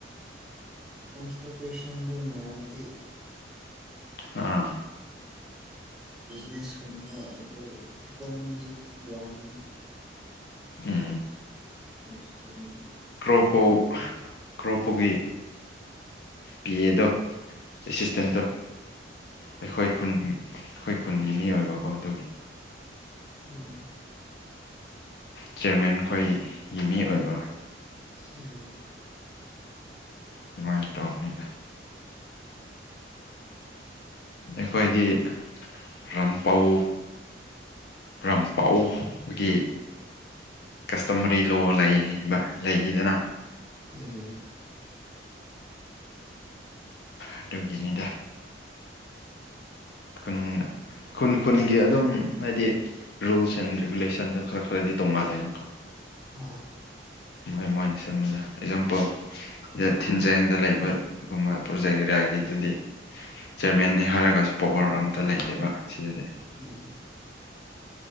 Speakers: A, in the centre; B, on the left.
A: ꯇ꯭ꯔꯥꯟꯁꯄꯣꯇꯦꯁꯟ ꯂꯅꯅꯨꯡꯉꯗꯤ
B: ꯍꯥꯥ
A: ꯅꯦ ꯑꯩꯈꯣꯏ ꯏꯀꯣꯅꯃꯤ ꯋꯥꯡ
B: ꯍꯝ
A: <unintelligible>
B: ꯀ꯭ꯔꯣꯞꯄꯣ ꯀ꯭ꯔꯣꯞꯄꯨꯒꯤ ꯄꯤ ꯑꯦꯗꯣ ꯑꯦꯁꯤꯁꯇꯦꯟꯗꯣ
A: ꯎꯝ
B: ꯑꯩꯈꯣꯏ ꯈꯨꯟ ꯑꯩꯈꯣꯏ ꯈꯨꯟꯒꯤ ꯃꯤ ꯑꯣꯏꯕꯀꯣ ꯑꯗꯨꯒꯤ꯫
A: ꯎꯝ
B: ꯆꯤꯔꯃꯦꯟ ꯑꯩꯈꯣꯏꯒꯤ ꯃꯤ ꯑꯣꯏꯕ
A: ꯎꯝ
B: ꯑꯗꯨꯃꯥꯏꯅ ꯇꯧꯕꯅꯤꯗ ꯑꯩꯈꯣꯏꯗꯤ ꯔꯝꯄꯧ꯫ ꯄ꯭ꯔꯝ ꯄꯥꯎꯒꯤ ꯀꯁꯇꯃꯔꯤ ꯂꯣ ꯂꯩꯔꯤꯕ ꯂꯩꯔꯤꯗꯅ
A: ꯎꯝ
B: ꯑꯗꯨꯒꯤꯅꯤꯗ ꯈꯨꯟ ꯈꯨꯟ ꯈꯨꯟꯒꯤ ꯑꯗꯨꯝ ꯍꯥꯏꯗꯤ ꯔꯨꯜꯁ ꯑꯦꯟ ꯔꯤꯒꯨꯂꯦꯁꯟꯗꯣ ꯈꯔ ꯈꯔꯗꯤ ꯇꯣꯡꯉꯥꯜꯂꯦꯅꯀꯣ꯫
A: ꯍꯣꯏ
B: ꯃꯣꯏ ꯃꯣꯏꯅ ꯁꯦꯝꯕꯗ ꯑꯦꯛꯖꯥꯝꯄꯜ ꯁꯤꯗ ꯊꯤꯟꯖꯦꯡꯗ ꯂꯩꯕ ꯨꯝꯕ ꯄ꯭ꯔꯣꯖꯦꯛ ꯑꯦꯔꯤꯌꯥꯒꯤꯗꯨꯗꯤ ꯆꯤꯌꯔꯃꯦꯟꯟꯅꯅꯤ ꯍꯥꯏꯔꯒꯁꯨ ꯄꯋꯥꯔ ꯑꯃꯝꯇ ꯂꯩꯇꯦꯕ ꯁꯤꯗꯗꯤ
A: ꯎꯝ